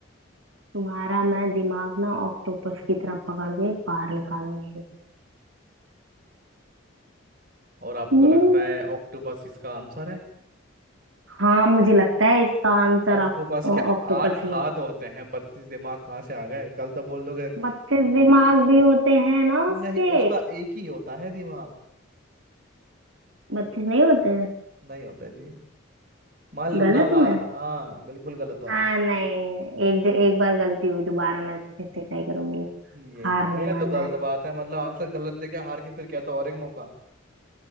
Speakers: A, on the right; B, on the right.
A: तुम्हारा मैं दिमाग ना ऑक्टोपस की तरह पकड़ के बाहर निकाल लूंगी
B: और आपको
A: हम्म,
B: लगता है ऑक्टोपस इसका आंसर है
A: हाँ मुझे लगता है इसका आंसर
B: ऑक्टोपस
A: ऑक्टोपस
B: के आठ
A: ही
B: हाथ
A: है
B: होते हैं बत्तीस दिमाग कहाँ से आ गए कल तो बोल दोगे
A: बत्तीस
B: ब-
A: दिमाग भी होते हैं ना उसके
B: नहीं उसका एक ही होता है दिमाग
A: बत्तीस नहीं होते हैं
B: नहीं होता जी मान लो
A: गलत
B: ना हार
A: हूँ मैं
B: हाँ बिल्कुल गलत हो आप
A: हाँ नहीं एक एक बार गलती हुई दोबारा मैं फिर से ट्राई करूंगी
B: ये
A: हार नहीं
B: ये
A: मानना
B: तो गलत
A: है
B: बात है मतलब आंसर गलत दे के हार के फिर क्या तो और एक मौका